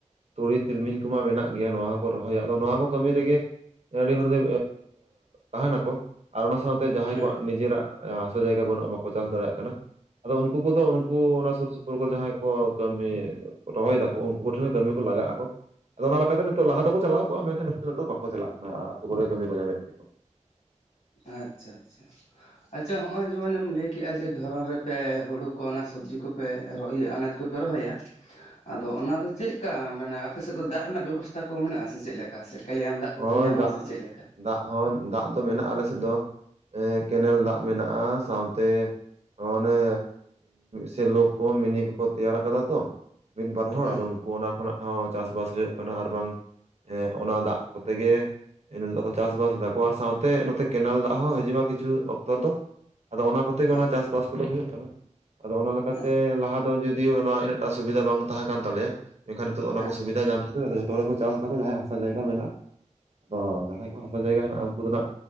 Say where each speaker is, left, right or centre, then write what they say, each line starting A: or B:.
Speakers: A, on the right; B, on the left.
A: ᱛᱩᱲᱤ ᱛᱤᱞᱢᱤᱧ ᱠᱚᱢᱟ ᱢᱮᱱᱟᱜ ᱜᱮᱭᱟ ᱱᱚᱣᱟ ᱦᱚᱸᱠᱚ ᱨᱚᱦᱚᱭᱟ ᱟᱫᱚ ᱱᱚᱣᱟ ᱠᱚ ᱠᱟᱹᱢᱤ ᱨᱮᱜᱮ ᱟᱹᱰᱤ ᱦᱚᱲ ᱫᱚ ᱛᱟᱦᱮᱱᱟᱠᱚ ᱟᱨ ᱚᱱᱟ ᱥᱟᱶᱛᱮ ᱡᱟᱦᱟᱸᱭ
B: ᱦᱮᱸ
A: ᱠᱚᱣᱟᱜ ᱱᱤᱡᱮᱨᱟᱜ ᱦᱟᱥᱟ ᱡᱟᱭᱜᱟ ᱵᱟᱹᱱᱩᱜᱟ, ᱵᱟᱠᱚ ᱪᱟᱥ ᱫᱟᱲᱮᱭᱟᱜ ᱠᱟᱱᱟ ᱟᱫᱚ ᱩᱱᱠᱩ ᱠᱚᱫᱚ ᱩᱱᱠᱩ ᱚᱱᱟ ᱥᱩᱨ ᱥᱩᱯᱩᱨ ᱠᱚᱨᱮ ᱡᱟᱦᱟᱸᱭ ᱠᱚ ᱠᱟᱹᱢᱤ ᱨᱚᱦᱚᱭ ᱫᱟᱠᱚ ᱩᱱᱠᱩ ᱠᱚᱴᱷᱮᱱ ᱠᱟᱹᱢᱤ ᱠᱚ ᱞᱟᱜᱟᱜ ᱟᱠᱚ ᱟᱫᱚ ᱚᱱᱟ ᱞᱮᱠᱟᱛᱮ ᱱᱤᱛᱚᱜ ᱞᱟᱦᱟ ᱫᱚᱠᱚ ᱪᱟᱞᱟᱣ ᱟᱠᱩᱣᱟᱜ ᱢᱮᱱᱠᱷᱟᱱ ᱱᱤᱛᱚᱜ ᱫᱚ ᱵᱟᱠᱚ ᱪᱟᱞᱟᱜ ᱠᱟᱱᱟ ᱟᱛᱳ ᱠᱚᱨᱮ ᱠᱟᱹᱢᱤ ᱠᱚ ᱧᱟᱢᱮᱫ ᱛᱮᱠᱚ
B: ᱟᱪᱪᱷᱟ ᱟᱪᱪᱷᱟ
A: ᱻ
B: ᱟᱪᱪᱷᱟ ᱦᱚᱜᱼᱚᱭ ᱡᱮᱢᱚᱱ ᱮᱢ ᱞᱟᱹᱭ ᱠᱮᱫᱼᱟ ᱡᱮ ᱫᱷᱚᱨᱚᱱ ᱨᱮᱯᱮ ᱦᱩᱲᱩ ᱠᱚ ᱚᱱᱟ ᱥᱚᱵᱽᱡᱤ ᱠᱚᱯᱮ ᱤᱭᱟᱹ ᱟᱱᱟᱡᱽ ᱠᱚᱯᱮ ᱨᱚᱦᱚᱭᱟ ᱟᱫᱚ ᱚᱱᱟ ᱫᱚ ᱪᱮᱫ ᱠᱟ ᱢᱟᱱᱮ ᱟᱯᱮ ᱥᱮᱫ ᱫᱚ ᱫᱟᱜ ᱨᱮᱱᱟᱜ ᱵᱮᱵᱚᱥᱛᱟ ᱠᱚ ᱢᱮᱱᱟᱜᱼᱟᱥᱮ ᱪᱮᱫ ᱞᱮᱠᱟ? ᱚᱠᱟ ᱥᱮ ᱠᱟᱞᱭᱟᱱ ᱫᱟᱜ ᱠᱚᱯᱮ
A: ᱦᱳᱭ
B: ᱧᱟᱢᱟ
A: ᱫᱟᱜ
B: ᱥᱮ ᱪᱮᱫ ᱞᱮᱠᱟ?
A: ᱫᱟᱜ ᱦᱚᱸ ᱫᱟᱜ ᱫᱚ ᱢᱮᱱᱟᱜᱼᱟ ᱟᱞᱮ ᱥᱮᱫ ᱫᱚ ᱠᱮᱱᱮᱞ ᱫᱟᱜ ᱢᱮᱱᱟᱜᱼᱟ ᱥᱟᱶᱛᱮ ᱚᱱᱮ ᱥᱮᱞᱚ ᱠᱚ ᱢᱤᱱᱤ ᱠᱚᱠᱚ ᱛᱮᱭᱟᱨ ᱠᱟᱫᱟ ᱛᱚ ᱢᱤᱫ ᱵᱟᱨ ᱦᱚᱲ
B: ᱦᱮᱸ
A: ᱟᱫᱚ ᱩᱱᱠᱩ ᱚᱱᱟ ᱠᱷᱚᱱᱟᱜ ᱦᱚᱸ ᱪᱟᱥᱵᱟᱥ ᱦᱩᱭᱩᱜ ᱠᱟᱱᱟ ᱟᱨ ᱵᱟᱝ ᱦᱮᱸ ᱚᱱᱟ ᱫᱟᱜ ᱠᱚᱛᱮ ᱜᱮ᱾ ᱤᱱᱟᱹ ᱛᱮᱠᱚ ᱪᱟᱥᱵᱟᱥ ᱫᱟᱠᱚ ᱟᱨ ᱥᱟᱶᱛᱮ ᱱᱚᱛᱮ ᱠᱮᱱᱮᱞ ᱫᱟᱜ ᱦᱚᱸ ᱦᱟᱹᱡᱩᱜᱼᱟ ᱠᱤᱪᱷᱩ ᱚᱠᱛᱚ ᱫᱚ᱾ ᱟᱫᱚ ᱚᱱᱟ ᱠᱚᱛᱮ ᱜᱮ ᱚᱱᱟ
B: ᱟᱪᱪᱷᱟ
A: ᱪᱟᱥᱵᱟᱥ ᱠᱚᱫᱚ ᱦᱩᱭᱩᱜ ᱠᱟᱱᱟ ᱟᱫᱚ ᱚᱱᱟ ᱞᱮᱠᱟᱛᱮ
B: ᱦᱮᱸ
A: ᱞᱟᱦᱟ ᱡᱩᱫᱤ ᱚᱱᱟ ᱤᱱᱟᱹᱜᱴᱟ ᱥᱩᱵᱤᱫᱷᱟ ᱵᱟᱝ ᱛᱟᱦᱮᱸ ᱠᱟᱱ ᱛᱟᱞᱮᱭᱟ ᱢᱮᱱᱠᱷᱟᱱ ᱱᱤᱛᱚᱜ ᱚᱱᱟ
B: ᱦᱮᱸ
A: ᱠᱚ ᱥᱩᱵᱤᱫᱟ ᱧᱟᱢ ᱠᱷᱟᱛᱤᱨ ᱡᱷᱚᱛᱚ ᱛᱚ ᱦᱚᱲ ᱜᱮ ᱠᱚ ᱪᱟᱥ ᱮᱫᱟᱠᱚ ᱡᱟᱦᱟᱸᱭᱟᱜ ᱦᱟᱥᱟ ᱡᱟᱭᱜᱟ ᱢᱮᱱᱟᱜᱼᱟ ᱟᱫᱚ ᱡᱟᱦᱟᱸᱭ ᱠᱚ ᱦᱟᱥᱟ ᱡᱟᱭᱜᱟ ᱦᱮᱱᱟᱜᱼᱟ ᱩᱱᱠᱩ ᱫᱚᱱᱟᱜ